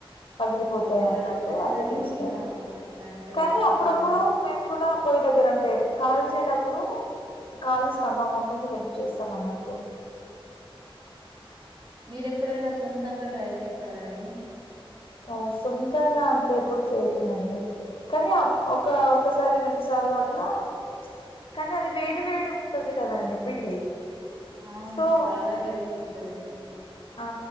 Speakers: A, on the left; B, on the right.
A: పగిలిపోతాయి
B: అట్లా
A: అన్నట్టు
B: అంటారు
A: అట్లా
B: కాని
A: చూస్తారు
B: ఆ అట్లా అంటారు
A: కానీ అప్పుడప్పుడు
B: దానికి
A: మేము కూడా పోయి దగ్గర అంటే కాల్ చ్చేటప్పుడు కాలుస్తాం మా మమ్మీకి హెల్ప్ చేస్తాం అన్నట్టు
B: మీరు ఎప్పుడైనా సొంతంగా ట్రై చేస్తారా అండి
A: ఆ సొంతంగా అంటే ఎప్పుడు చేయలేదండి కానీ ఆ ఒక ఒకసారి రెండు సార్లు అట్లా ప్చ్ కానీ అది వేడి వేడిగ ఉంటది కదండి పిండి
B: అవును
A: సో
B: చాలా వేడిగా ఉంటదండి
A: ఆ